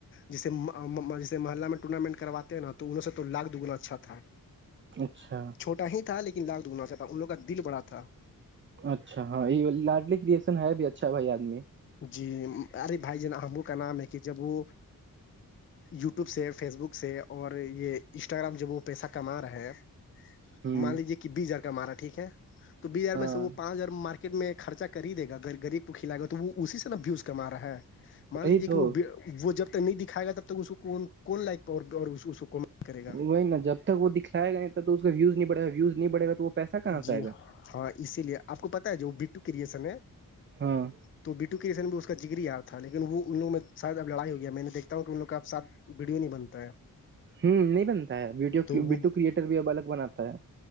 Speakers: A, on the left; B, on the right.
A: جیسے جیسے محلہ میں ٹورنامنٹ کرواتے ہیں نا انوں سے تو لاک دگنا اچھا تھا
B: اچھا
A: چھوٹا ہی تھا لن لاگٹ گنا چا تھا ان لووں کا دل بڑا تھا
B: اچھا ہاں یہ لاڈلی کرشن ہے بھی اچھا بھائی آدمی
A: جی ارے بھائی ج ن ہموں کا نام ہے کہ جب وہ یو ٹیوب سے فیس بک سے اور یہ انسٹاگررام جب وہ پیسہ کما رہا ہے
B: ہوں
A: مان لیجیے کہ بیس ہزار کا مارا ٹھیک ہے تو بیس ہزار
B: ہاں
A: میں سے وہ پانچ ہزار مار میں خرچا کر ہی دے گا غب کو کھلائے گا تو وہ اسی سے نابوز کم رہا ہے مان
B: وہی
A: لیجے
B: تو
A: کہ وہ وہ جب تک نہیں دکھائے گا تب تک اس کو کون لائق اور اس کو کرے گا
B: وہی ن جب تک وہ دکھلائے گا نہیں تب تو اس کا ویوز نہیں بڑےا ویوز نہیں بڑے گا تو وہ پیسہ کہاں
A: جی
B: سے آئے گا
A: ہاں اسی لیے آپ کو پتا ہے جو بٹو کرشن ہے
B: ہاں
A: تو بٹو کےسن میں اس کا جگری یاار تھا لیکن وہ ان لووں میں شاید لڑائی ہوئی ہے میں نے دیکتا ہوں کہ ان لوگ کاپ سھ ویڈیو نہیں بنتا ہے
B: ہوں نہیں بنتا ہےیو
A: تو وہ
B: ویڈو کریئٹر بھی اب الگ بناتا ہے